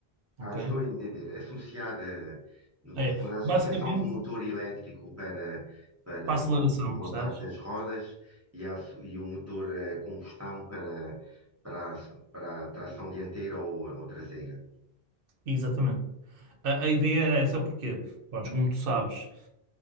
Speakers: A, on the right; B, on the right.
A: ok?
B: Ah, estou a entender. Associar, eh, no
A: É,
B: no fundo, a associação
A: basicamente
B: do motor elétrico para, para,
A: para aceleração,
B: no fundo, uma
A: percebes?
B: parte das rodas e, a su- e o motor a combustão para, para, a- para a tração dianteira ou, ou traseira.
A: Exatamente. A, a ideia era essa porque, pronto, como tu sabes,